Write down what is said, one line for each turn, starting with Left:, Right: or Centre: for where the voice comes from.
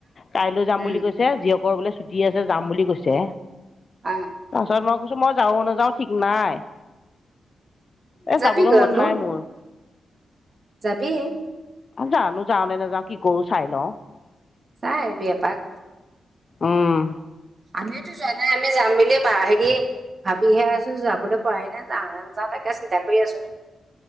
Left: কাইলৈ যাম
Right: উম
Left: বুলি কৈছে জিঅক আকৌ'বোলে ছুটি আছে যাম বুলি কৈছে
Right: অ
Left: তাৰ পিছত মই কৈছো মই যাও নাযাও ঠিক নাই। এ
Right: যাবিগৈ
Left: যাবলৈ মন
Right: আকৌ
Left: নাই মোৰ।
Right: যাবি!
Left: জানো যাও নে নাযাও কি কৰো চাই লওঁ।
Right: চাই আহিব এপাক।
Left: উম।
Right: আমিও টো যোৱা নাই আমি যাম বুলিয়ে দ ভাবিহে আছো যাবলৈ পোৱাই নাই যাওঁ নে নাযাও তাকে চিন্তা কৰি আছো